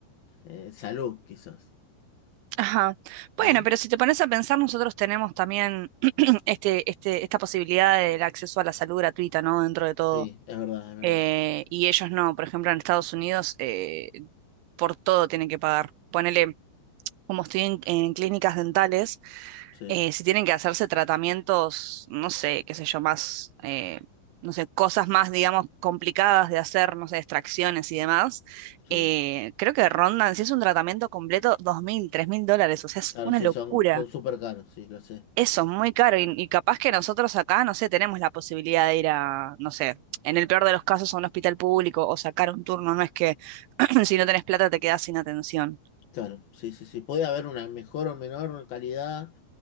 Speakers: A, on the left; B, on the right.
A: Eh, salud, quizás,
B: Ajá.
A: ¿no?
B: Bueno, pero si te pones a pensar, nosotros tenemos también <clears throat> este, este, esta posibilidad del acceso a la salud gratuita, ¿no? Dentro de todo.
A: Sí, es verdad, es verdad.
B: Eh, y ellos no, por ejemplo, en Estados Unidos, eh, por todo tienen que pagar. Ponele, como estoy en, en clínicas dentales,
A: Sí,
B: eh, si tienen que hacerse tratamientos, no sé, qué sé yo, más, eh, no sé, cosas más, digamos, complicadas de hacer, no sé, extracciones y demás,
A: sí.
B: eh, creo que rondan, si es un tratamiento completo, dos mil, tres mil dólares, o sea, es
A: Claro,
B: una
A: sí,
B: locura.
A: son, son súper caros, sí, lo sé.
B: Eso, muy caro. Y, y capaz que nosotros acá, no sé, tenemos la posibilidad de ir a, no sé, en el peor de los casos a un hospital público o sacar un turno. No es que <clears throat> si no tenés plata te quedás sin atención.
A: Claro, sí, sí, sí. Puede haber una mejor o menor calidad,